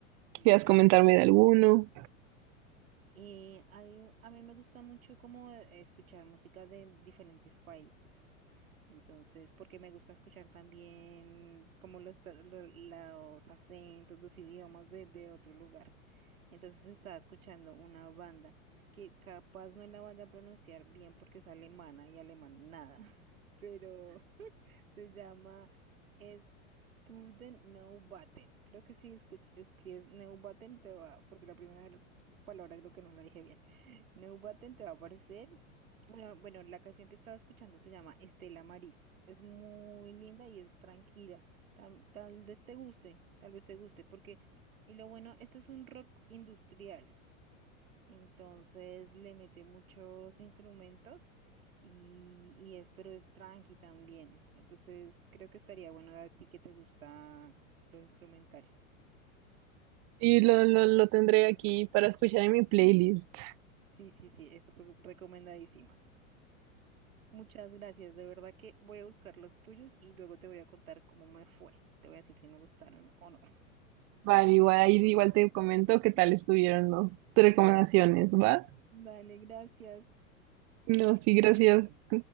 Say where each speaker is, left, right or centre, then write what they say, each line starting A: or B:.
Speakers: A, on the right; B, on the right.
A: Bueno,
B: quisieras comentarme de alguno.
A: eh, hay- a mí me gusta mucho como eh, escuchar música de diferentes países. Entonces, porque me gusta escuchar también como los, ta- lo- los acentos, los idiomas de, de otro lugar. Entonces estaba escuchando una banda que capaz no la vaya a pronunciar bien porque es alemana y alemán nada, <laughs> pero... Se llama Sturden Neubauten. Creo que si escuch- escribes Neubauten te va, porque la primera palabra creo que no la dije bien. <laughs> Neubauten te va a aparecer. Bueno, bueno, la canción que estaba escuchando se llama Estela Maris. Es muy linda y es tranquila. Tam- Tal, vez te guste, tal vez te guste, porque, y lo bueno, esto es un rock industrial. Entonces le mete muchos instrumentos y, y es, pero es tranqui también. Entonces creo que estaría bueno a ti que te gusta lo instrumental.
B: Sí, lo, lo, lo tendré aquí para escuchar en mi playlist.
A: Sí, sí, sí, es re- recomendadísima. Muchas gracias, de verdad que voy a buscar los tuyos y luego te voy a contar cómo me fue. Te voy a decir si me gustaron o no.
B: Vale, igual, ahí igual te comento qué tal estuvieron las recomendaciones, ¿va?
A: <laughs> Dale, gracias.
B: No, sí, gracias.